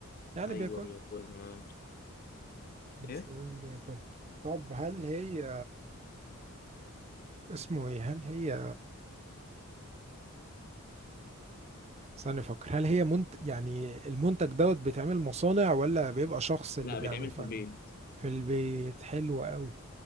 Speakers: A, on the right; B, on the left.
A: يعني
B: ايوه
A: بياكلها
B: بياكلها
A: الإنسان
B: ايه
A: بياكلها طب هل هي اسمه ايه هل هي ثاني فكر هل هي منت... يعني المنتج دوت بيتعمل مصانع ولا بيبقى شخص اللي
B: لا
A: بيعمل
B: بيتعمل
A: فردي
B: في البيت
A: في البيت حلو قوي